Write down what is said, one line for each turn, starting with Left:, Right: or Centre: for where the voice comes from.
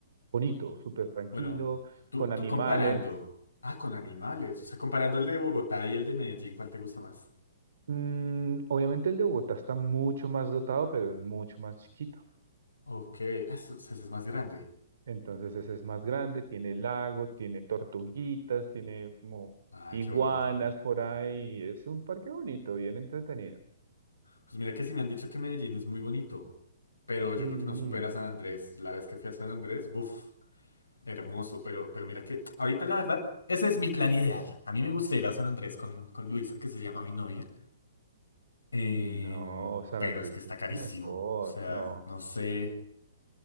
Right: bonito, súper tranquilo,
Left: Bueno, tú,
Right: con animales.
Left: tú comparando. Ah, con animales. O sea, comparando el de Bogotá y el de Medellín, ¿cuál te gusta más?
Right: Mm, obviamente el de Bogotá está mucho más dotado, pero es mucho más chiquito.
Left: Ok, ah, se- o sea, ese es más grande.
Right: Entonces ese es más grande, tiene lago, tiene tortuguitas, tiene como
Left: Ay,
Right: iguanas
Left: qué bonito.
Right: por ahí. Es un parque bonito, bien entretenido.
Left: Pues mira que sí me han dicho que Medellín es muy bonito, pero yo
Right: Sí,
Left: creo que no supera San Andrés. La vez que fui a San Andrés, buf, hermoso, pero, pero mira que ahorita la verdad, ese es mi plan ideal. A mí me gusta ir a San Andrés con, con Luisa, que se llama mi novia. Em,
Right: No, San
Left: pero
Right: Andrés
Left: es que está
Right: es
Left: carísimo.
Right: lo mejor,
Left: O sea,
Right: no.
Left: no sé,